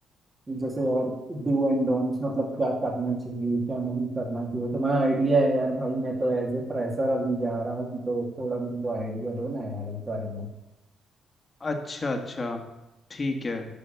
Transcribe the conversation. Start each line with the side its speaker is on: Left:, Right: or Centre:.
Right: जैसे और डू एंड डोंट्स मतलब क्या करना चाहिए क्या नहीं करना चाहिए तो मैं आइडिया है यार भाई मैं तो एज ए फ्रेशर अभी जा रहा हूँ तो थोड़ा मेरे को आइडिया दो ना यार इस बारे
Left: अच्छा अच्छा ठीक है